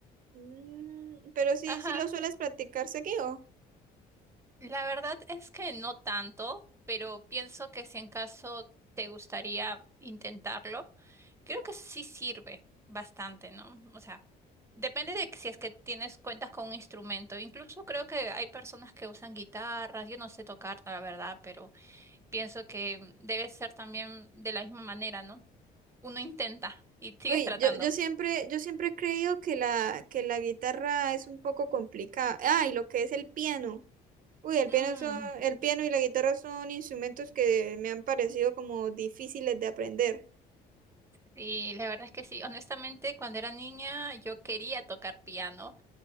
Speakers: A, on the right (about 55°); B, on the right (about 15°).
A: Mm, pero sí,
B: Ajá.
A: sí lo sueles practicar seguido.
B: La verdad es que no tanto, pero pienso que si en caso te gustaría intentarlo, creo que sí sirve bastante, ¿no? O sea, depende de que si es que tienes cuentas con un instrumento. Incluso creo que hay personas que usan guitarras, yo no sé tocar, la verdad, pero pienso que debe ser también de la misma manera, ¿no? uno intenta y sigues
A: Uy,
B: tratando.
A: yo, yo siempre, yo siempre he creído que la, que la guitarra es un poco complicada. Ah, y lo que es el piano. Uy, el
B: Mm,
A: piano son, el piano y la guitarra son instrumentos que me han parecido como difíciles de aprender.
B: sí, la verdad es que sí. Honestamente, cuando era niña yo quería tocar piano.